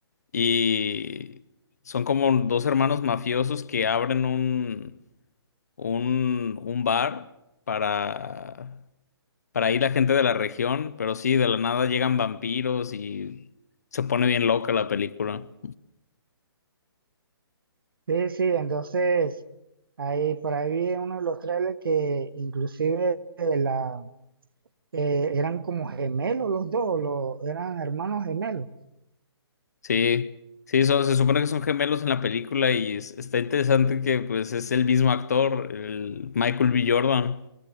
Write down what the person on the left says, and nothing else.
Y son como dos hermanos mafiosos que abren un, un, un bar para, para ir la gente de la región, pero sí, de la nada llegan vampiros y se pone bien loca la película.
Sí, sí, so- se supone que son gemelos en la película y es- está interesante que pues es el mismo actor, el Michael B. Jordan.